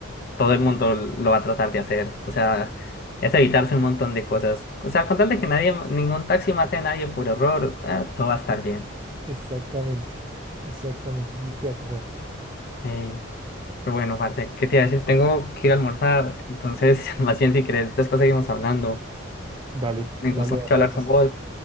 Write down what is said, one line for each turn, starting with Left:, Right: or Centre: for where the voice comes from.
Left: todo el mundo lo va a tratar de hacer. O sea, es evitarse un montón de cosas. O sea, con tal de que nadie, ningún taxi mate a nadie por error, eh, todo va a estar bien.
Right: Exactamente, exactamente, eso es lo que va a pasar.
Left: Eh, pero bueno, Marte, ¿qué te iba a decir? Tengo que ir a almorzar, entonces, <laughs> más bien si querés, después seguimos hablando.
Right: Dale,
Left: Me
Right: dale,
Left: gustó mucho
Right: va para
Left: hablar
Right: eso.
Left: con vos.